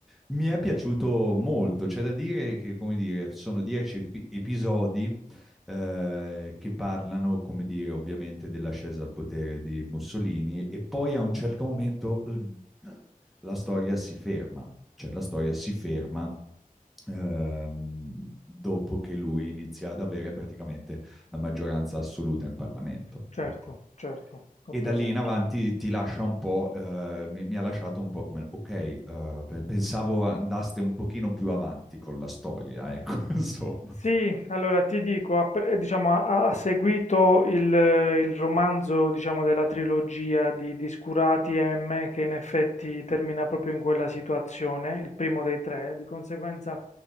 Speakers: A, in the centre; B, on the left.
A: Mi è piaciuto molto, c'è da dire che, come dire, sono dieci ep- episodi eh, che parlano, come dire, ovviamente dell'ascesa al potere di Mussolini e poi a un certo momento mm, la storia si ferma, cioè la storia si ferma ehm, dopo che lui inizia ad avere praticamente la maggioranza assoluta in Parlamento.
B: certo,
A: Ecco.
B: certo, ho
A: E
B: presente.
A: da lì in avanti ti lascia un po', eh, mi, mi ha lasciato un po' come, ok, eh, pe- pensavo andaste un pochino più avanti con la storia, ecco, <laughs> insomma.
B: Sì, allora ti dico, ha, pre- diciamo, ha- ha seguito il, eh, il romanzo, diciamo, della trilogia di, di Scurati e M, che in effetti termina proprio in quella situazione, il primo dei tre, di conseguenza